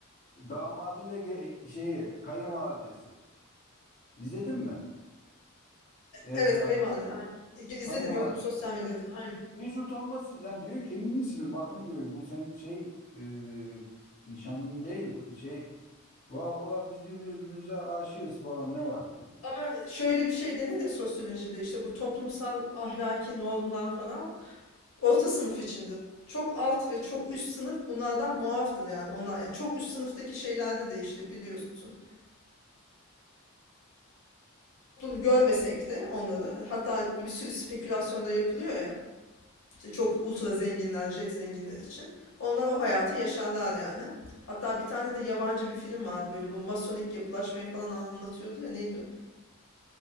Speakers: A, on the left (about 35°); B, on the left (about 75°).
A: damadıyla ge- şeyi kayınvalidesi. İzledin mi? Esra
B: Evet, kayınvalide, aynen. İ izledim,
A: kayınvalide.
B: gördüm sosyal medyada, aynen.
A: Hiç utanmasız yani diyor ki emin misiniz? Bakın diyor bu senin şey e, nişanlın değil şey valla valla biz diyor birbirimize aşığız falan ne var ki?
B: Ama şöyle bir şey denir ya sosyolojide, işte bu toplumsal ahlaki normlar falan orta sınıf içindir. Çok alt ve çok üst sınıf bunlardan muaftır yani onlar. Yani çok üst sınıftaki şeylerde de işte biliyorsun. Toplum görmesek de onları hatta bir sürü spekülasyon da yapılıyor ya. İşte çok ultra zenginler, jet zenginler için. Onlar o hayatı yaşarlar yani. Hatta bir tane de yabancı bir film vardı böyle bu masonik yapılaşmayı falan anlatıyordu ya neydi? o?